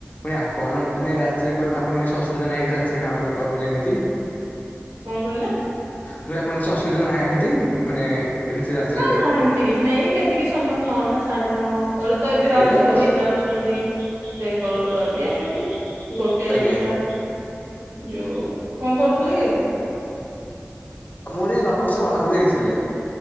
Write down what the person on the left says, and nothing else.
ପୁଣି ଆପଣଙ୍କୁ ରାତିରେ ଆପଣ କିଛି ଅସୁବିଧା ନାଇଁ ରାତିରେ କାମ <unintelligible>
ମୁଁ କହିଲି ଆପଣ କିଛି ଅସୁବିଧା ନାହିଁ ହେଇଠି ମାନେ ଏମିତି ରାତିରେ
ଏଇ
ଦଶ
ଆଜ୍ଞା।
ମୁଁଠି ବାପାଙ୍କ ସହ ବାହାରକୁ ଯାଇଥିଲି